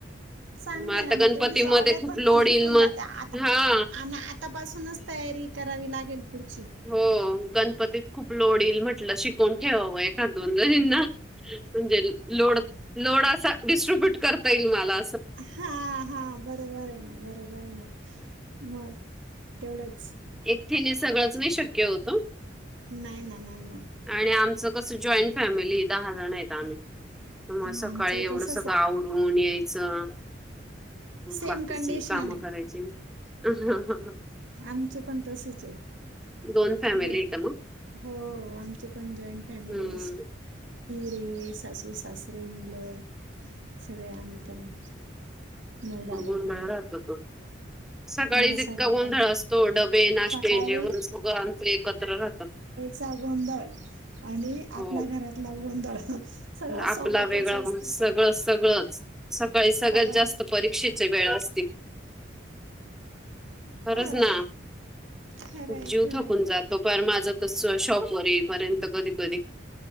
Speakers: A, on the right; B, in the centre.
A: चांगलंय
B: आता
A: ना मग,
B: गणपतीमध्ये
A: तेवढीच ऑर्डर
B: खूप
A: पण
B: लोड
A: कंप्लीट
B: येईल
A: होऊन
B: मग
A: जाते आता
B: हा
A: आणि आ - -तापासूनच तयारी करावी लागेल पुढची.
B: हो. गणपतीत खूप लोड येईल म्हटलं शिकून ठेवावं हे. दोन जणींना. म्हणजे लोड, लोड असा डिस्ट्रीब्युट करता येईल मला.
A: हा हा. बरोबर आहे ना. बरोबर आहे ना. मग तेवढंच-
B: एकटीनी सगळंच नाही शक्य होतं हो.
A: नाही ना. नाही ना.
B: आणि आमचं कसं जॉईंट फॅमिलीए. दहा जण येत आम्ही. मग
A: हा
B: सकाळी
A: आमचंही
B: एवढंस
A: तसच आहे
B: गाव करून यायचं
A: सेम
B: बाकीचे
A: कंडिशन
B: कामं
A: आहे
B: करायचे ह हं हं
A: आमची पण तसेच आहे
B: दोन फॅमिली
A: जॉईंट
B: आहे का मग
A: हो आमचे पण जॉईंट फॅमिली
B: हम्म.
A: रे सासू सासरे मुलं सगळे आम्ही पण नऊ दहा लोक
B: गोंधळ
A: आहेत
B: राहतो तो सकाळी
A: मग
B: जितका
A: सगळं
B: गोंधळ
A: काय
B: तो डबे नाश्ते
A: सकाळी
B: जेवण सगंळ आमच एकत्र राहतं
A: चा गोंधळ आणि आपल्या
B: हो
A: घरातला गोंधळ
B: आपला
A: सोबतच
B: वेगळा
A: असतो
B: ब सगळं सगळंच सकाळी सगळ
A: सगळं
B: जास्त परीक्षेच्या वेळ असतील खरंच
A: खरंय
B: ना
A: खरंय
B: जीव
A: खरंय
B: थकून जात तो पण माझं तस शॉपवर येईपर्यंत कधी कधी